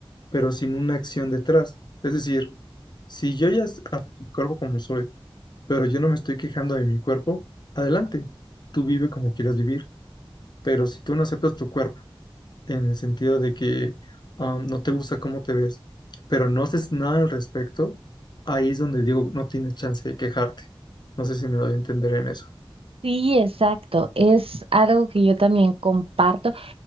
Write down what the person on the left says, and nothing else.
pero sin una acción detrás. Es decir, si yo ya s- acepto mi cuerpo como soy, pero yo no me estoy quejando de mi cuerpo, adelante, tú vive como quieras vivir, pero si tú no aceptas tu cuerpo, en el sentido de que am, no te gusta cómo te ves, pero no haces nada al respecto, ahí es donde digo, no tienes chance de quejarte. No sé si me doy a entender en eso.